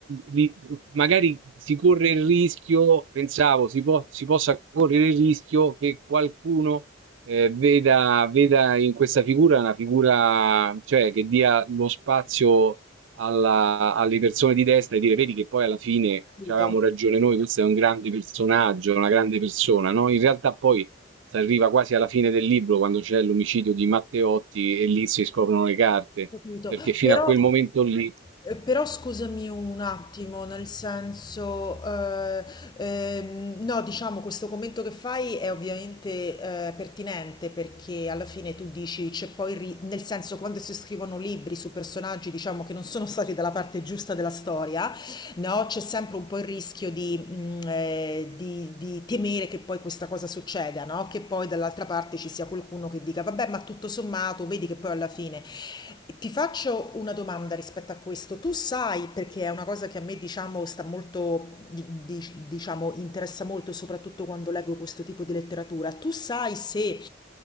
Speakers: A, on the right (about 70°); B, on the left (about 20°).
A: li- magari si corre il rischio, pensavo, si, po- si possa correre il rischio che qualcuno eh, veda, veda in questa figura una figura, cioè, che dia lo spazio alla- alle persone di destra e dire, vedi che poi alla fine
B: Ho capito,
A: ci avevamo
B: ho
A: ragione noi, questo è un grande personaggio, una grande persona, no? In realtà poi si arriva quasi alla fine del libro quando c'è l'omicidio di Matteotti e lì si scoprono le carte,
B: Capito.
A: perché fino
B: Però
A: a quel momento lì
B: ehm, però scusami un attimo, nel senso, ehm, ehm, no, diciamo questo commento che fai è ovviamente, ehm, pertinente perché alla fine tu dici c'è poi il ri nel senso quando si scrivono libri su personaggi, diciamo, che non sono stati dalla parte giusta della storia no? C'è sempre un po' il rischio di, mhmm, ehm, di di temere che poi questa cosa succeda, no, che poi dall'altra parte ci sia qualcuno che dica: "Vabbè, ma tutto sommato vedi che poi alla fine" Ti faccio una domanda rispetto a questo: tu sai, perché è una cosa che a me diciamo sta molto di dic diciamo interessa molto, soprattutto quando leggo questo tipo di letteratura, tu sai se